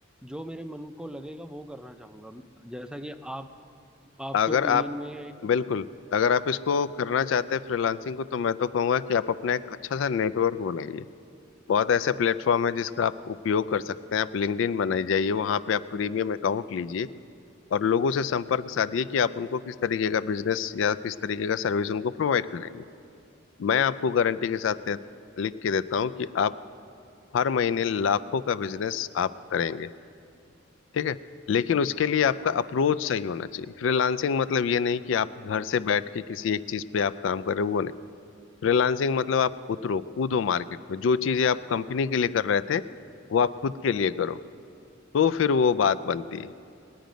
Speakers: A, in the centre; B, on the left.
A: जो मेरे मन को लगेगा वो करना चाहूंगा जैसा कि आप आपके
B: अगर
A: ओपिनियन
B: आप
A: में
B: बिल्कुल अगर आप इसको करना चाहते हैं फ्रीलांसिंग को तो मैं तो कहूंगा कि आप अपना एक अच्छा सा नेटवर्क बनाइए बहुत ऐसे प्लेटफॉर्म है जिसका आप उपयोग कर सकते हैं आप लिंक्डइन बनाई जाइए वहां पे आप प्रीमियम अकाउंट लीजिए और लोगों से संपर्क साधिए कि आप उनको किस तरीके का बिजनेस या किस तरीके का सर्विस उनको प्रोवाइड करेंगे मैं आपको गारंटी के साथ लिख के देता हूँ कि आप हर महीने लाखों का बिजनेस आप करेंगे ठीक है लेकिन उसके लिए आपका अप्रोच सही होना चाहिए फ्रीलांसिंग मतलब ये नहीं कि आप घर से बैठ के किसी एक चीज पे आप काम कर रहे हो वो नहीं फ्रीलांसिंग मतलब आप उतरो कूदो मार्केट में जो चीजें आप कंपनी के लिए कर रहे थे वो आप खुद के लिए करो तो फिर वो बात बनती है